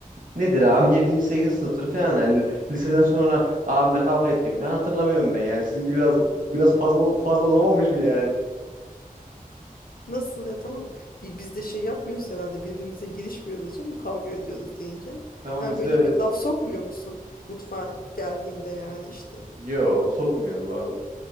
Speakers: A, on the right; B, on the left.
A: nedir abi <laughs> yedinci sekizinci sınıftır falan yani liseden sonra abimle kavga ettiğimi falan hatırlamıyorum ben. Yani sizinki biraz biraz fazla fazla uzamamış mı yani?
B: Nasıl ya tamam. Bi- Biz de şey yapmıyoruz herhalde birbirimize girişmiyoruz canım kavga ediyoruz deyince.
A: Tamam
B: Ha
A: bizde
B: böyle
A: öyle.
B: bir laf sokmuyor musun mutfağa geldiğinde yani işte.
A: Yo sokmuyorum abi.